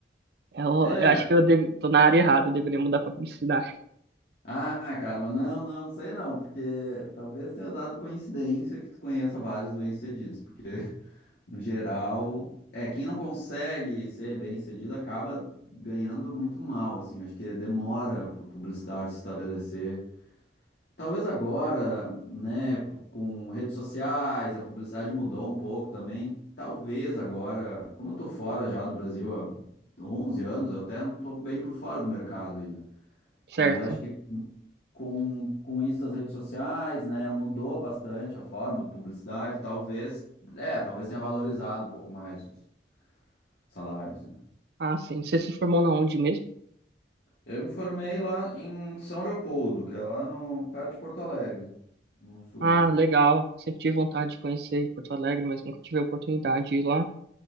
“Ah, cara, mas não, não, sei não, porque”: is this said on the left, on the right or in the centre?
Left